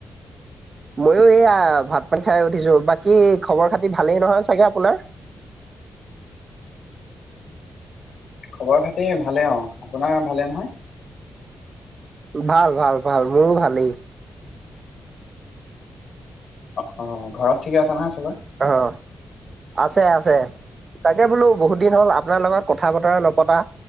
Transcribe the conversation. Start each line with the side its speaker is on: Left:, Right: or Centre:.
Right: ময়ো এইয়া ভাত পানী খাই উঠিছো বাকী খবৰ খাতি ভালেই নহয় চাগে আপোনাৰ
Left: খবৰ খাতি ভালে অ আপোনাৰ ভালে নহয়
Right: ভাল ভাল ভাল মোৰো ভালেই
Left: অ অ ঘৰত ঠিকে আছে নহয় চবৰে
Right: অ অ আছে আছে, তাকে বোলো বহুত দিন হ'ল আপোনাৰ লগত কথা বতৰা নপতা।